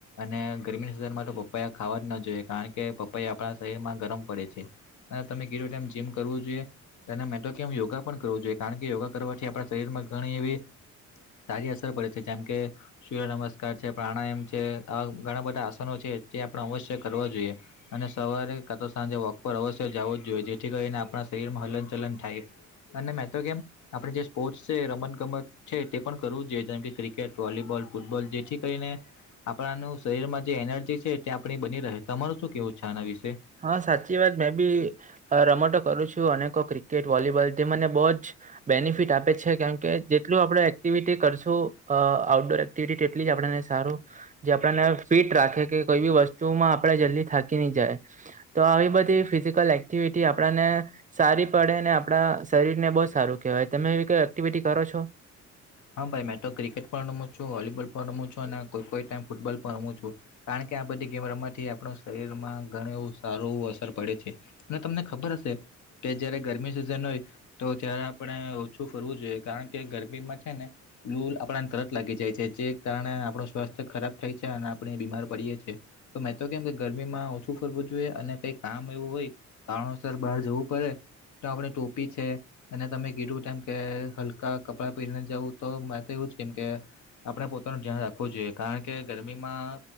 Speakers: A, on the left (about 70°); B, on the right (about 25°).
A: અને ગરમીની સિઝનમાં તો પપૈયા ખાવા જ ન જોઈએ કારણ કે પપૈયા આપણા શરીરમાં ગરમ પડે છે. અને તમે કીધું તેમ જીમ કરવુ જોઈએ અને મેં તો કેમ યોગા પણ કરવુ જોઈએ કારણ કે યોગા કરવાથી આપ શરીરમાં ઘણી એવી સારી અસર પડે છે જેમ કે સૂર્ય નમસ્ નમસ્કાર છે, પ્રાણાયમ છે આવા ઘણા બધા આસનો છે જે આપણે અવશ્ય કરવા જોઈએ. અને સવારે કા તો સાંજે વોક પર અવશ્ય જાવું જ જોઈએ જેથી કરીને આપણા શરીરમાં હલન ચલન થાય. અને મેં તો કેમ આપણે જે સ્પોર્ટ્સ છે, રમત ગમત છે તે પણ કરવું જોઈએ જેમ કે ક્રિકેટ, વોલીબોલ, ફૂટબોલ જે થી કરીને આપણાનું શરીરમાં જે એનર્જી છે તે આપણી બની રહે તમારું શું કેવું છે આના વિશે.
B: હા સાચી વાત મેં બી રમતો કરું છું અનેકો ક્રિકેટ વોલીબોલ જે મને બો જ બેનિફિટ આપે છે કેમ કે જેટલું આપણેે એક્ટિવિટી કરશું અ આઉટડોર એક્ટિવિટી તેટલી જ આપડા ને સારું. જે આપડા ને ફિટ રાખે કે કોઈ બી વસ્તુમાં આપણેે જલ્દી થાકી ની જાય. તો આવી બધી ફિઝિકલ એક્ટિવિટી આપડા ને સારી પડે ને આપણા શરીર ને બો સારું કહેવાય. તમે આવી કોઈ એક્ટિવિટી કરો છો?
A: હા ભાઈ મેં તો ક્રિકેટ પણ રમું છું, વોલીબોલ પણ રમું છું અને કોઈ કોઈ ટાઈમ ફૂટબોલ પણ રમું છું કારણ કે આ બધી ગેમ રમવાથી આપણા શરીરમાં ઘણું એવુ સારું અસર પડે છે. ને તમને ખબર હશે કે જ્યારે ગરમી સિઝન હોય તો ત્યારે આપણે ઓછું ફરવું જોઈએ કારણ કે ગરમીમાં છે ને લૂલ આપણાને તરત લાગી જાય છે જે કારણે આપણું સ્વાસ્થ્ય ખરાબ થાય છે અને આપણે બીમાર પડીએ છીએ. તો મેં તો કેમ કે ગરમીમાં ઓછું ફરવું જોઈએ અને કઈ કામ એવું હોય કારણોસર બહાર જવું પડે તો આપણે ટોપી છે અને તમે કીધું તેમ કે હલકા કપડાં પહેરીને જવું તો મેં તો એવું જ કેમ કે આપણે પોતાનું ધ્યાન રાખવું જોઈએ કારણ કે ગરમીમાં